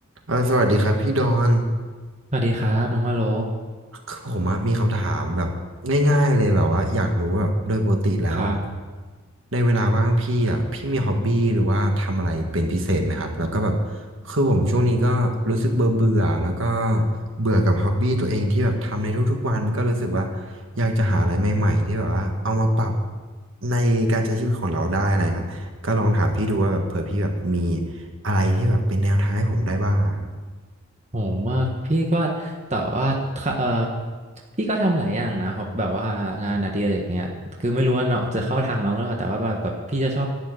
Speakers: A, on the right; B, on the right.
A: เอ่อสวัสดีครับพี่ดอน
B: สวัสดีครับน้องว่าโล
A: คือผมอะมีคำถามแบบง่ายๆเลยแบบว่าอยากรู้ว่าโดยปกติแล้วอะ
B: ครับ
A: ในเวลาว่างพี่อะพี่มีฮ็อบบี้หรือว่าทำอะไรเป็นพิเศษไหมครับแล้วก็แบบคือผมช่วงนี้ก็รู้สึกเบื่อเบื่อแล้วก็เบื่อกับฮ็อบบี้ตัวเองที่แบบทำในทุกๆวันก็รู้สึกว่าอยากจะหาอะไรใหม่ๆที่แบบว่าเอามาปรับในการใช้ชีวิตของเราได้อะไรครับก็ลองถามพี่ดูว่าแบบเผื่อพี่แบบมีอะไรที่แบบเป็นแนวทางให้ผมได้บ้างอะครับ
B: โหพี่ว่าแต่ว่าเออพี่ก็ทำหลายอย่างนะครับแบบว่างานอดิเรกเนี่ยคือไม่รู้ว่าเนาะจะเข้าทางน้องหรือเปล่าแต่ว่าแบบแบบพี่จะชอบ